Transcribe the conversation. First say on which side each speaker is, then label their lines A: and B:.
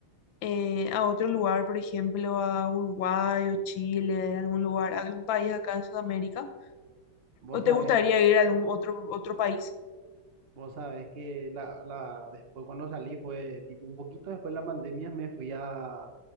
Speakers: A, on the left; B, on the right.
A: eh, a otro lugar, por ejemplo, a Uruguay o Chile, algún lugar, algún país acá en Sudamérica?
B: Vos
A: ¿O
B: sabés
A: te gustaría ir a algún otro, otro país?
B: Vos sabés que la, la, después cuando salí fue tipo un poquito después de la pandemia me fui a...